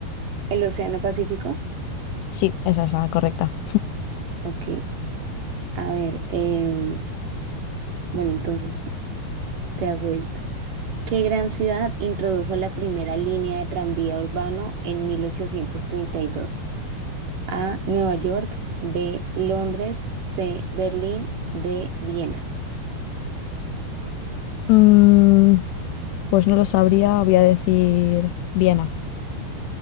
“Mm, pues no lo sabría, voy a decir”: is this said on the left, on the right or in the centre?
Left